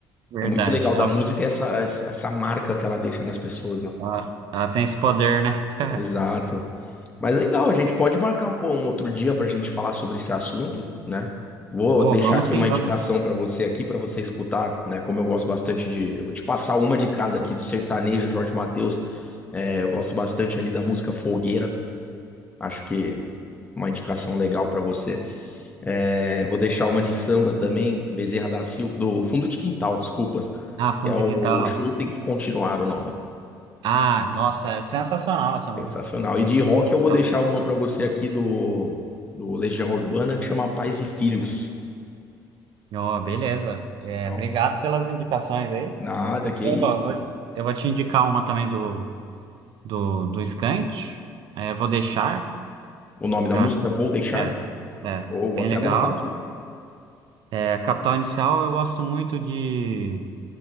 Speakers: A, on the right; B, on the left.
A: verdade.
B: é muito legal
A: Ah,
B: da música essa, essa, essa marca que ela deixa nas pessoas, né?
A: ah, ela tem esse poder, né? <laughs>
B: Exato. Mas legal, a gente pode marcar pô, um outro dia para a gente falar sobre esse assunto, né? Vou
A: Oh,
B: deixar
A: vamos
B: aqui
A: sim,
B: uma indicação
A: vamos.
B: para você aqui, para você escutar, né? Como eu gosto bastante de, de passar uma de cada aqui do sertanejo, Jorge Mateus. É, eu gosto bastante ali da música Fogueira. Acho que uma indicação legal para você. É, vou deixar uma de samba também, Bezerra da Silva, do Fundo de Quintal, desculpas,
A: Ah, fundo
B: que é o
A: de quintal.
B: Show Tem Que Continuar o nome.
A: Ah, nossa, é sensacional essa música.
B: Sensacional. E de rock eu vou
A: Eu-
B: deixar uma pra você aqui do, do Legião Urbana que chama Pais e Filhos.
A: Oh, beleza. É,
B: Não,
A: obrigado pelas indicações aí.
B: nada,
A: Eu
B: que
A: vou,
B: isso.
A: vou- eu vou te indicar uma também do, do, do Skank. É, vou deixar.
B: O nome da
A: que
B: música
A: eu acho-
B: é Vou Deixar?
A: É, é,
B: Ou
A: bem
B: vou até
A: legal.
B: anotar aqui.
A: É, Capital Inicial eu gosto muito de.